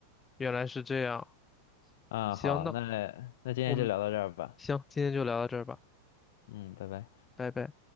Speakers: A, on the left; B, on the left.
A: 原来是这样。
B: 啊，
A: 行，
B: 好，
A: 那。
B: 那那今天就聊到这儿吧。
A: 我们行，今天就聊到这儿吧，
B: 嗯，拜拜。
A: 拜拜。